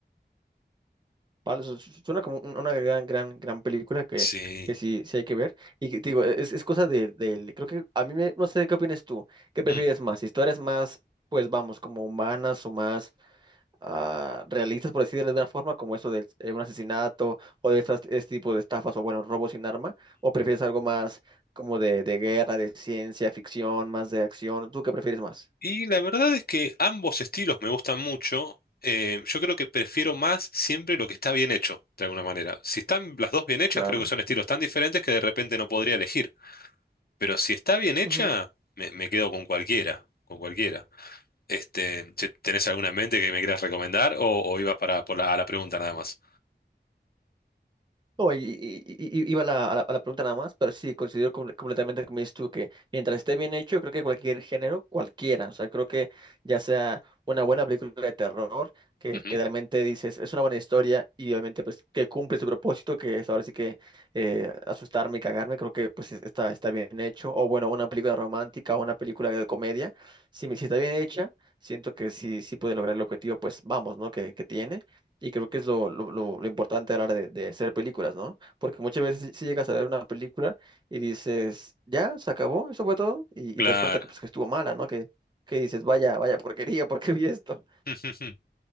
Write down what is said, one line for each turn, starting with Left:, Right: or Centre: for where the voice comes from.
Right: Vale, su- su- suena como un- una gran, gran, gran película que,
Left: Sí.
Right: que sí, sí hay que ver. Y que, te digo, e, es, es cosa de, del- creo que a mí me, no sé qué opinas tú, qué prefieres
Left: Mm.
Right: más, historias más, pues vamos, como humanas o más ah, realistas, por decirlo de alguna forma, como eso de un asesinato o de estas, este tipo de estafas o bueno, robos sin arma, o prefieres algo más como de, de guerra, de ciencia ficción, más de acción, ¿tú qué prefieres más?
Left: Y la verdad es que ambos estilos me gustan mucho. Eh, yo creo que prefiero más siempre lo que está bien hecho, de alguna manera. Si están las dos bien hechas,
Right: Claro.
Left: creo que son estilos tan diferentes que de repente no podría elegir. Pero si está bien hecha,
Right: ujú.
Left: me, me quedo con cualquiera, con cualquiera. Este, che, ¿tenés alguna en mente que me quieras recomendar o, o ibas para por la, a la pregunta nada más?
Right: No, y, y- y- iba a la, a la- a la pregunta nada más, pero sí, considero comple- completamente, como dices tú, que mientras esté bien hecho, creo que cualquier género, cualquiera, o sea, creo que ya sea una buena película de terror, que,
Left: Ujú,
Right: que realmente dices, es una buena historia y obviamente pues que cumple su propósito, que es ahora sí que eh, asustarme y cagarme, creo que pues es- está, está bien hecho, o bueno, una película romántica o una película de comedia, si, me- si está bien hecha, siento que sí, sí puede lograr el objetivo, pues vamos, ¿no? Que, que tiene. Y creo que es lo, lo, lo- lo importante a la hora de, de hacer películas, ¿no? Porque muchas veces si, si llegas a ver una película y dices, ya, se acabó, eso fue todo, y,
Left: Claro.
Right: y te das cuenta que, pues, que estuvo mala, ¿no? Que, que dices, vaya, vaya porquería, <laughs> ¿por qué vi esto?
Left: <laughs>